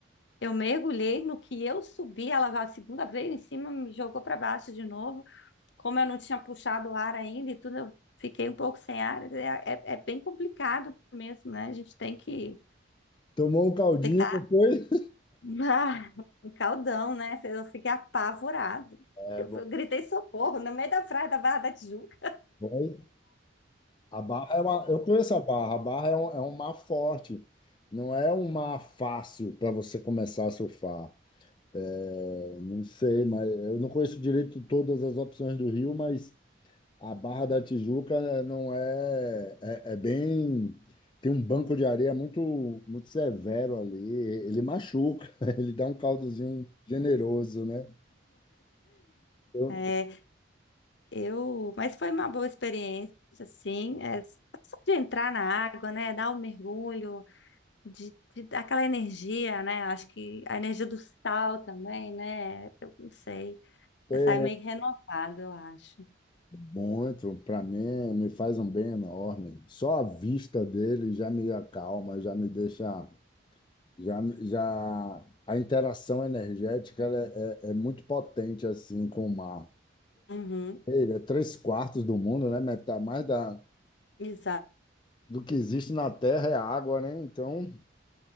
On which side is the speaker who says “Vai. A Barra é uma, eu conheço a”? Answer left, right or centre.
Left